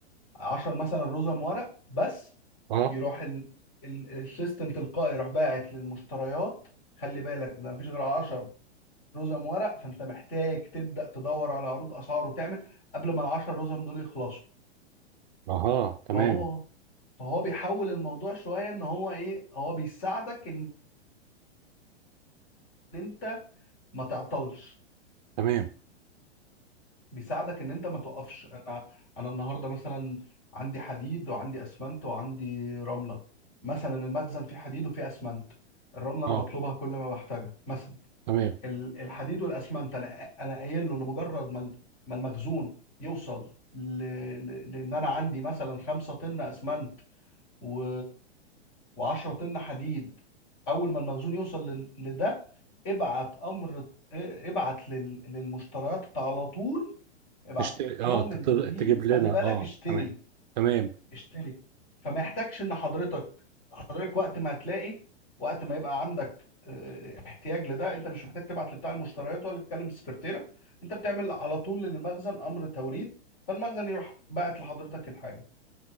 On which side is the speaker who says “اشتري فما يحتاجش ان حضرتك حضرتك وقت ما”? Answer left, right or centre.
Left